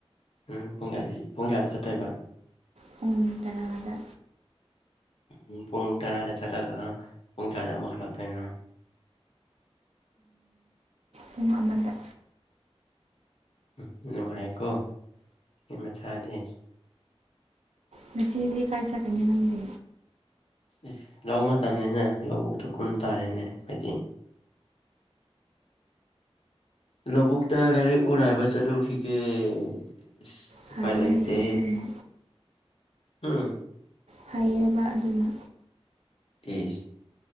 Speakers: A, on the left; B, on the right.
A: ꯎꯝ ꯄꯨꯡ ꯀꯌꯥꯗ ꯄꯨꯡ ꯀꯌꯥꯗ ꯆꯠꯇꯣꯏꯕ
B: ꯄꯨꯡ ꯇꯔꯥꯗ
A: ꯎꯝ ꯄꯨꯡ ꯇꯔꯥꯗ ꯆꯠꯂꯒ ꯄꯨꯡ ꯀꯌꯥꯗ ꯑꯃꯨꯛ ꯍꯜꯂꯛꯇꯣꯏꯅꯣ
B: ꯄꯨꯡ ꯑꯃꯗ
A: ꯎꯝ ꯅꯨꯡꯉꯥꯏꯀꯣ ꯃꯤ ꯃꯆꯥꯗꯤ
B: ꯉꯁꯤꯗꯤ ꯀꯥꯏ ꯆꯠꯀꯅꯤ ꯅꯪꯗꯤ
A: ꯏꯁ ꯂꯧ ꯃꯇꯝꯅꯤꯅ ꯂꯧꯕꯨꯛꯇ ꯀꯨꯝ ꯇꯥꯔꯦꯅꯦ ꯈꯣꯏꯗꯤ ꯂꯧꯕꯨꯛꯇ ꯂꯥꯏꯔꯤꯛ ꯎꯔꯥꯏꯕ ꯆꯠꯂꯨꯈꯤꯒꯦ ꯑꯁ
B: ꯐꯩꯌꯦ
A: ꯎꯄꯥꯥꯏ ꯂꯩꯇꯦ
B: ꯑꯗꯨꯅ
A: ꯍꯨꯝ
B: ꯐꯩꯌꯦꯕ ꯑꯗꯨꯅ
A: ꯏꯁ